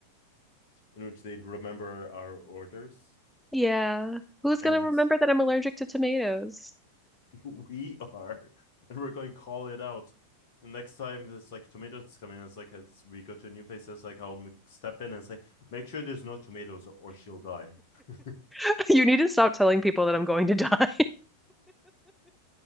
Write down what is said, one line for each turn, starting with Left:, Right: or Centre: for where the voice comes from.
Left: in which they remember our orders,
Centre: Yeah. Who's
Left: and
Centre: gonna remember that I'm allergic to tomatoes?
Left: <laughs> we are, and we're going to call it out. The next time there's like tomatoes coming, it's like as we go to a new place, it's like I'll step in and say, make sure there's no tomatoes or, or she'll die. <laughs>
Centre: <laughs> You need to stop telling people that I'm going to die. <laughs>